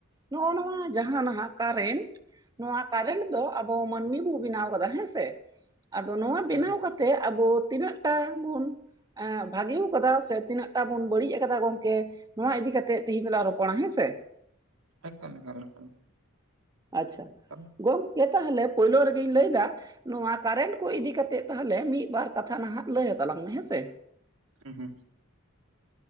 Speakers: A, on the right; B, on the right.
A: ᱱᱚᱜᱼᱚ ᱱᱚᱣᱟ ᱡᱟᱦᱟᱸ ᱱᱟᱦᱟᱜ ᱠᱟᱨᱮᱱᱴ ᱱᱚᱣᱟ ᱠᱟᱨᱮᱱᱴ ᱫᱚ ᱟᱵᱚ ᱢᱟᱹᱱᱢᱤ ᱵᱚ ᱵᱮᱱᱟᱣ ᱠᱟᱫᱟ ᱦᱮᱸᱥᱮ ᱟᱫᱚ ᱱᱚᱣᱟ
B: ᱦᱩᱸ
A: ᱵᱮᱱᱟᱣ ᱠᱟᱛᱮ ᱟᱵᱚ ᱛᱤᱱᱟᱹᱜ ᱴᱟ ᱵᱚᱱ, ᱟᱸ ᱵᱷᱟᱜᱤᱣ ᱟᱠᱟᱫᱟ ᱥᱮ ᱛᱤᱱᱟᱹᱜ ᱴᱟᱜ ᱵᱚᱱ ᱵᱟᱹᱲᱤᱡ ᱟᱠᱟᱫᱟ ᱜᱚᱝᱠᱮ ᱱᱚᱶᱟ ᱤᱫᱤ ᱠᱟᱛᱮᱜ ᱛᱮᱦᱤᱧ ᱫᱚᱞᱟᱝ ᱨᱚᱯᱚᱲᱟ ᱦᱮᱸ ᱥᱮ,
B: ᱮᱠᱟᱞ ᱮᱠᱟᱞ ᱮᱠᱟᱞ
A: ᱟᱪᱪᱷᱟ
B: ᱮᱠᱟᱞ
A: ᱜᱚᱝᱠᱮ ᱛᱟᱦᱚᱞᱮ ᱯᱳᱭᱞᱳ ᱨᱮᱜᱮᱧ ᱞᱟᱹᱭ ᱮᱫᱟ ᱱᱚᱶᱟ ᱠᱟᱨᱮᱱᱴ ᱠᱚ ᱤᱫᱤ ᱠᱟᱛᱮ ᱛᱟᱦᱚᱞᱮ ᱢᱤᱫᱵᱟᱨ ᱠᱟᱛᱷᱟ ᱱᱟᱦᱟᱜ ᱞᱟᱹᱭ ᱦᱟᱛᱟᱞᱟᱝ ᱢᱮ ᱦᱮᱸᱥᱮ
B: ᱦᱮᱸ ᱦᱩᱸ